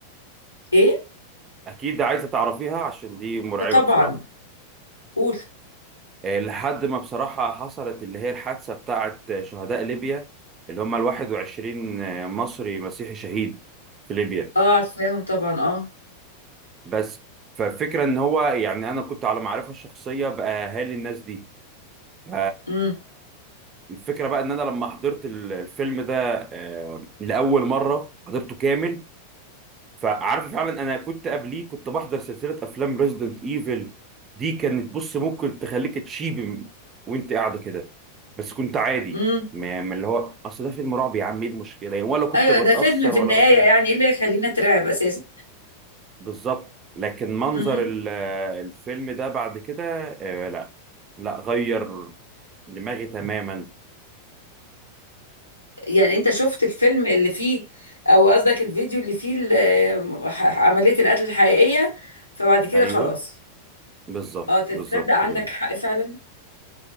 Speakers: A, on the left; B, on the right.
A: ايه
B: اكيد عايزه تعرفيها عشان دي مرعبه
A: آه، طبعا
B: بصراحه
A: قول
B: آه، لحد ما بصراحه حصلت اللي هي الحادثه بتاعه شهداء ليبيا اللي هم ال 21 مصري مسيحي شهيد في ليبيا
A: اه عارفاهم طبعا اه
B: بس فالفكره ان هو يعني انا كنت على معرفه الشخصيه باهالي الناس دي ف
A: امم
B: الفكره بقى ان انا لما حضرت ال- الفيلم ده آه، لاول مره حضرته كامل فعارف فعلا انا كنت قبليه كنت بحضر سلسله افلام ريزيدنت ايفل دي كانت بص ممكن تخليك تشيب م- وانت قاعده كده بس كنت عادي
A: امم
B: ما ما اللي هو اصل ده فيلم رعب يا عم ايه المشكله يعني ولا كنت
A: ايوه
B: بتاثر
A: ده فيلم في
B: ولا
A: النهايه
B: بخاف
A: يعني ايه اللي يخلينا اترعب اساسا
B: بالظبط لكن منظر
A: امم
B: ال- الفيلم ده بعد كده آه لا لا غير دماغي تماما
A: يعني انت شفت
B: بس
A: الفيلم اللي فيه او قصدك الفيديو اللي فيه ال- آه، ح- عمليه القتل الحقيقيه فبعد كده
B: ايوه
A: خلاص
B: بالظبط
A: اه تصدق
B: بالظبط
A: عندك
B: كده
A: حق فعلا